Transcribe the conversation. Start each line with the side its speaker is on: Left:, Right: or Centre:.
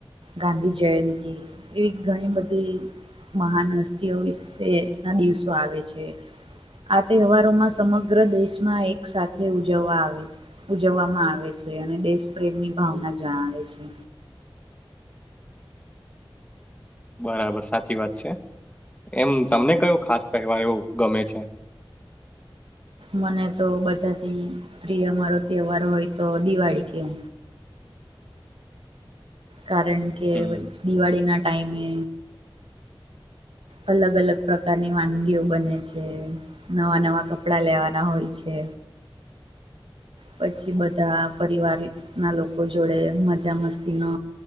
Right: ગાંધી જયંતી એવી ઘણી બધી મહાન હસ્તીઓ વિશેના દિવસો આવે છે. આ તહેવારોમાં સમગ્ર દેશમાં એક સાથે ઉજવવા આવે છે. ઉજવવામાં આવે છે અને દેશ પ્રેમની ભાવના જણાવે છે.
Left: બરાબર સાચી વાત છે. એમ તમને કયો ખાસ તહેવાયો ગમે છે?
Right: મને તો બધાથી પ્રિય મારો તહેવાર હોય તો દિવાળી કેવ કારણ કે
Left: હમ.
Right: દિવાળીના ટાઈમે અલગ અલગ પ્રકારની વાનગીઓ બને છે. નવા નવા કપડા લેવાના હોય છે. પછી બધા પરિવારીત ના લોકો જોડે મજા મસ્તીનો